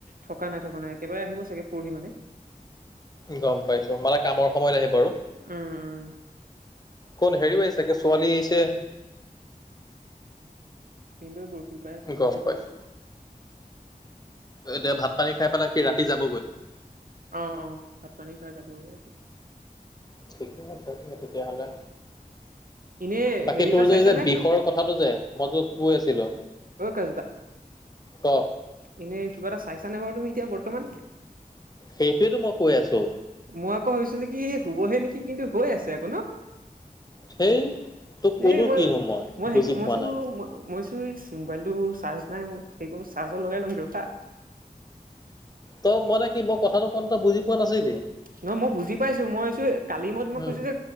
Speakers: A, on the right (about 65°); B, on the left (about 25°).
A: থকা নাই, থকা নাই, একেবাৰে আহিব চাগে পৰহি মানে।
B: গ পাইছো, মানে কামৰ সময়ত আহিব আৰু।
A: উম, উম।
B: কোন হেৰি পাইি চাগে, ছোৱালী আহিছে।
A: হ লৈ বৰশী পাই আ
B: গম
A: পুখুৰীতে।
B: পাইছো এতিয়া ভাত পানী খাই পেলাই কি ৰাতি যাবগৈ
A: অ, অ, ভাত পানী খাই যাবগৈ ৰাতি।
B: ঠিকে আছে তিকে তেতিয়াহ'লে।
A: এনেই
B: বাকী
A: হেৰি এটা
B: তোৰ
A: চাইছানে
B: যে, যে বিষৰ কথাটো যে মই যো কৈ আছিলো।
A: অ' কজ দা
B: কৰ
A: এনে কিবা এটা চাইছানে বাৰু তুমি এতিয়া বৰ্তমান।
B: সেইটোৱেতো মই কৈ আছো।
A: মই আকৌ ভাবিছিলো কি হ'ব হে নেকি কিন্তু হৈ আছে আকৌ ন।
B: সেই। তোক কলো
A: এই মই
B: কিনো
A: মইেই
B: বুজি
A: মইছো
B: পোৱা নাই
A: মইছ হোইচ মোবাইলটো চাৰ্জ নাই মোৰ সেইটো চাৰ্জত লগাই লওগৈ ৰখা।
B: তো মইনে কি মই কথাটো কোন এটা বুজি পোৱা নাছিলি।
A: নহয় মই বুজি পাইছো, মইছো কালি মই মই
B: উম
A: কৈছো যে